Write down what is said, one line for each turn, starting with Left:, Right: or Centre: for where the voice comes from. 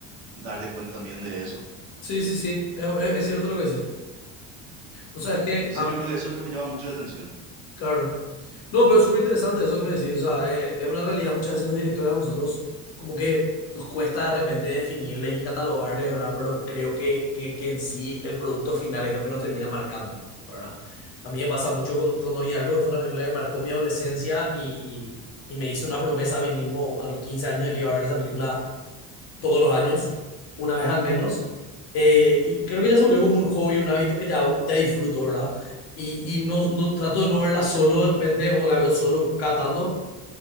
Right: darte cuenta también de eso.
Left: sí, sí, sí. Es, es- es cierto lo que decís. Vos sabés que,
Right: Entonces
Left: am-
Right: yo creo que eso es lo que me llama mucho la atención.
Left: claro, No, pero es súper interesante eso que me decís. O sea, eh, es una realidad. Muchas veces los directores a nosotros como que nos cuesta de repente definirles y catalogarles, ¿verdad? Pero creo que, que, que en sí el producto final es lo que nos termina marcando, ¿verdad? A mí me pasa mucho con, con Donnie Darko, que fue una película que marcó mi adolescencia y, y, y me hizo una promesa a mí mismo a los 15 años de que iba a ver esa película todos los años, una vez al menos. Eh, y creo que ya se volvió como un hobby, un hábito que ya, hago- ya disfruto, ¿verdad? Y, y no, no trato de no verla solo de repente o la veo solo cada tanto.